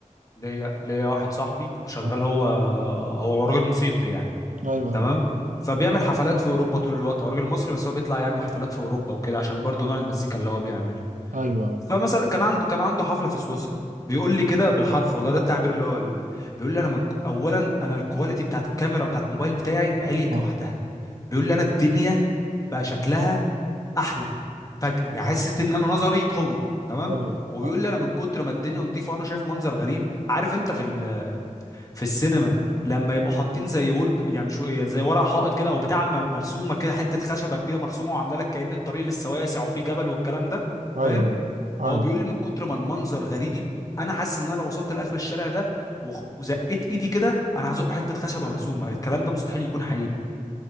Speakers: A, on the left (about 25°); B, on the right (about 75°).
A: ليا ليا واحد صاحبي شغال
B: ايوه
A: هو هو راجل موسيقي يعني
B: ايوه
A: تمام فبيعمل حفلات في اوروبا طول الوقت هو راجل مصري بس هو بيطلع يعمل حفلات في اوروبا وكده عشان برضه نوع المزيكا اللي هو بيعملها
B: ايوه
A: فمثلا كان عنده كان عنده حفله في سويسرا بيقول لي
B: ايوه
A: كده بالحرف والله ده التعبير اللي هو قاله لي بيقول لي انا من اولا انا الكواليتي بتاعت الكاميرا بتاعت موبايل بتاعي عليت
B: اه،
A: لوحدها بيقول لي انا الدنيا بقى شكلها احلى فجاه يعني حسيت ان انا نظري قوي تمام
B: ايوه
A: وبيقول
B: ايوه
A: لي انا من كتر ما الدنيا نظيفه وانا شايف منظر غريب عارف انت في ال- في السينما لما يبقوا حاطين زي وول ب- يعني مش زي ورق حائط كده او بتاع مر- مرسومه كده حته خشبه كبيره مرسومه وعامله لك كأن الطريق لسه واسع وفيه جبل والكلام ده
B: ايوه
A: فاهم
B: ايوه
A: هو بيقول لي من كتر ما المنظر غريب انا حاسس ان انا لو وصلت لاخر الشارع ده وخ- وزقيت ايدي كده انا هزق حته خشبه مرسومه الكلام ده مستحيل يكون حقيقي